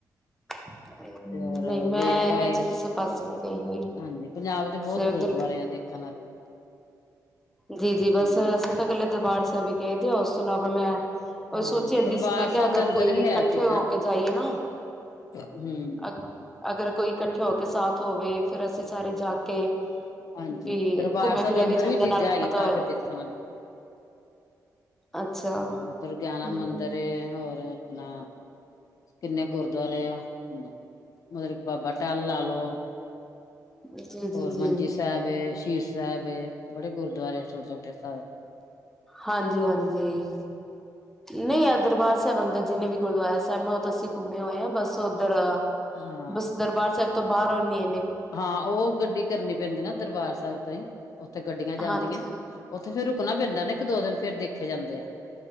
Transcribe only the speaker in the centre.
ਹ <unintelligible>
ਨਹੀਂ ਮੈਂ
ਇਹਨਾਂ
ਚ ਕਿਸੇ ਪਾਸੇ ਨੂੰ ਗਈ ਹੋਈ
ਫਿਰ
ਉਧਰ
ਜੀ ਜੀ ਬਸ
ਅਸੀਂ ਤਾਂ ਇਕੱਲੇ ਦਰਬਾਰ ਚ ਵੀ ਇਹਦੇ ਤੋਂ ਇਲਾਵਾ ਮੈਂ ਉਹ
ਸੋਚਿਆ ਜਾਂਦੀ
ਸੀ ਮੈਂ ਕਿਹਾ
ਅਗਰ
ਕੋਈ
ਇਕੱਠੇ
ਹੋ ਕੇ ਜਾਈਏ ਨਾ
ਅ ਅਗਰ ਕੋਈ ਇਕੱਠੇ ਹੋ ਕੇ ਸਾਥ ਹੋਵੇ ਫਿਰ ਅਸੀਂ ਸਾਰੇ ਜਾ ਕੇ
ਵੀ
ਘੁੰਮੇ
ਫਿਰੇ
ਜਾਂਦੇ
ਨਾਲ
ਪਤਾ
ਹੋ ਜਾਂਦਾ।
ਅੱਛਾ
ਹੂੰ
ਜੀ ਜੀ
ਜੀ
ਹਾਂਜੀ ਹਾਂ ਹਾਂਜੀ ਨਹੀਂ ਅਦ ਦਰਬਾਰ ਸਾਹਿਬ ਜਿੰਨੇ ਵੀ ਗੁਰਦੁਆਰਾ ਸਾਹਿਬ ਉ ਅਸੀਂ ਘੁੰਮੇ ਹੋਏ ਆਾਂ ਬਸ ਉੱਧਰ
ਬਸ ਦਰਬਾਰ ਸਾਹਿ ਤੋਂ ਬਾਹਰ ਨੀ ਇਹੇ
ਹਾਂਜੀ।